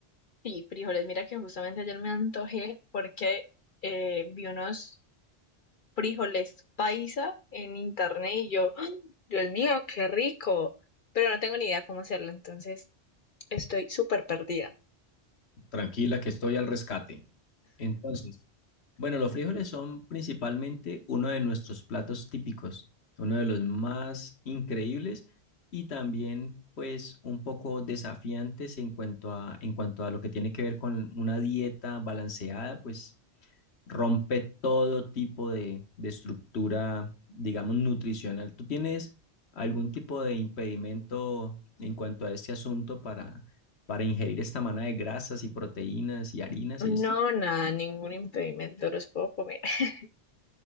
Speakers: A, on the left; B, on the left.
A: Sí, frijoles. Mira que justamente ayer me antojé porque eh, vi unos frijoles paisa en internet y yo, ¡Ah! Dios mío, qué rico. Pero no tengo ni idea cómo hacerlo, entonces estoy súper perdida.
B: Tranquila, que estoy al rescate. Entonces, bueno, los frijoles son principalmente uno de nuestros platos típicos, uno de los más increíbles y también pues un poco desafiantes en cuanto a, en cuanto a lo que tiene que ver con una dieta balanceada, pues rompe todo tipo de, de estructura, digamos, nutricional. ¿Tú tienes algún tipo de impedimento en cuanto a este asunto para, para ingerir esta manada de grasas y proteínas y harinas
A: No,
B: y esto?
A: nada, ningún impedimento, los puedo comer. <laughs>